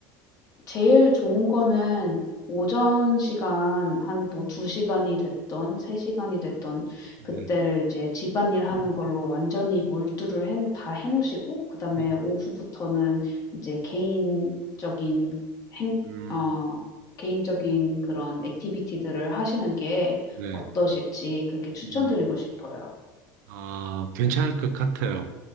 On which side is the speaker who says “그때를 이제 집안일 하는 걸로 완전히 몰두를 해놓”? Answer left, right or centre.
Left